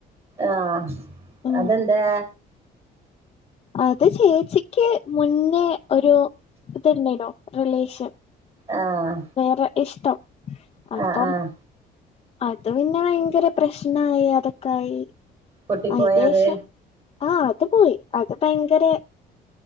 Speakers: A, on the right; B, on the left.
A: ആഹ്
B: ഉം
A: അതെന്ത്യേ?
B: അത് ചേച്ചിക്ക് മുന്നേ ഒരു ഇത്ണ്ടേനു റിലേഷൻ.
A: ആഹ്
B: വേറെ ഇഷ്ടം അപ്പം
A: ആഹ് ആഹ്
B: അത് പിന്നെ ഭയങ്കര പ്രശ്നായി അതൊക്കായി
A: പൊട്ടിപ്പോയത്
B: അയിൻ്റെശം ആഹ് അത് പോയി അത് ഭയങ്കര